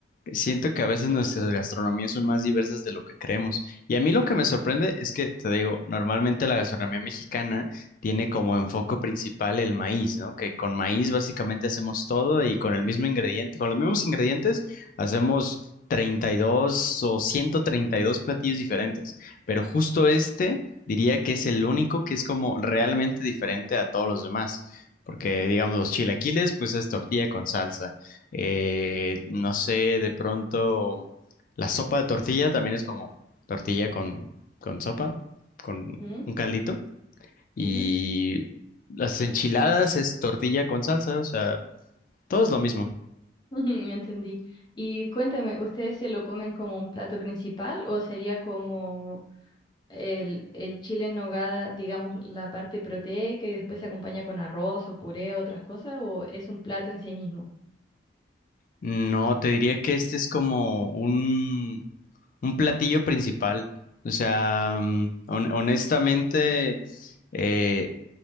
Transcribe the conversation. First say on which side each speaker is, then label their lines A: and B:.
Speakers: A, on the left; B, on the left.
A: Siento que a veces nuestras gastronomías son más diversas de lo que creemos. Y a mí lo que me sorprende es que, te digo, normalmente la gastronomía mexicana tiene como enfoque principal el maíz, ¿no? Que con maíz básicamente hacemos todo y con el mismo ingrediente, con los mismos ingredientes hacemos 32 o 132 platillos diferentes. Pero justo este diría que es el único que es como realmente diferente a todos los demás. Porque, digamos, los chilaquiles, pues es tortilla con salsa. Eh, no sé, de pronto la sopa de tortilla también es como tortilla con, con sopa, con
B: Ujú,
A: un caldito. Y
B: ujú.
A: las enchiladas es tortilla con salsa, o sea, todo es lo mismo.
B: <laughs> Ujú, Entendí. Y cuéntame, ¿ustedes se lo comen como un plato principal o sería como el, el chile en nogada, digamos, la parte proteica y después se acompaña con arroz o puré o otras cosas o es un plato en sí mismo?
A: No, te diría que este es como un, un platillo principal. O sea, mm, hon- honestamente, eh,